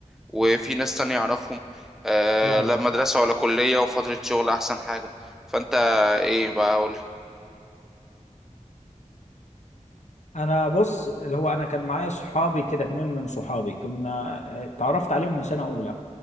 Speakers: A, in the centre; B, on the left.
A: وفي ناس تانية اعرفهم آه
B: لا
A: لا
B: لا
A: مدرسه ولا كليه وفتره شغل احسن حاجه فانت ايه بقى قول لي
B: انا بص اللي هو انا كان معايا صحابي كده اتنين من صحابي كنا آه، اتعرفت عليهم من سنة اولى